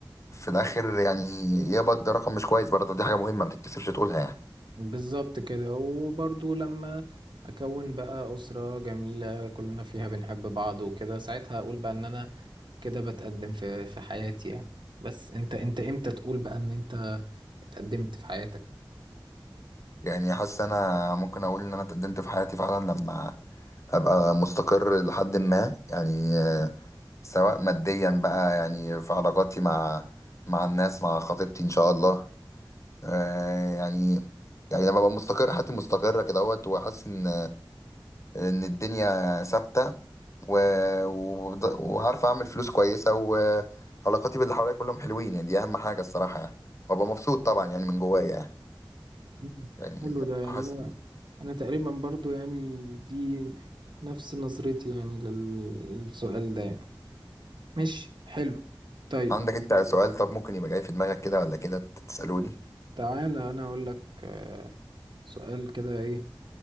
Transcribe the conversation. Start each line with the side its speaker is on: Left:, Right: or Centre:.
Left: في الاخر يعني يقبض رقم مش كويس برضه دي حاجة مهمة ما تكتسبش تقولها يعني
Right: بالظبط كده وبرضو لما اكون بقى اسرة جميلة كلنا فيها بنحب بعض وكده ساعتها اقول بقى ان انا كده بتقدم في في حياتي يعني بس انت انت امتى تقول بقى ان انت اتقدمت في حياتك
Left: يعني حاسس انا ممكن اقول ان انا اتقدمت في حياتي فعلا لما ابقى مستقر لحد ما يعني آه، سواء ماديا بقى يعني في علاقاتي مع مع الناس مع خطيبتي ان شاء الله آه يعني يعني لما ببقى مستقر حياتي مستقرة كده اهوت وحاسس ان ان الدنيا ثابتة و... وبض- وعارف اعمل فلوس كويسة وعلاقاتي باللي حواليا كلهم حلوين يعني دي اهم حاجة الصراحة يعني وابقى مبسوط طبعا يعني من جوايا
Right: مم.
Left: يعني
Right: حلو
Left: يعني
Right: ده يعني
Left: حاسس
Right: انا انا تقريبا برضو يعني دي نفس نظرتي يعني لل- للسؤال ده يعني ماشي حلو طيب
Left: عندك انت سؤال طب ممكن يبقى جاي في دماغك كده ولا كده تسألوني
Right: تعالى انا اقول لك آه، سؤال كده ايه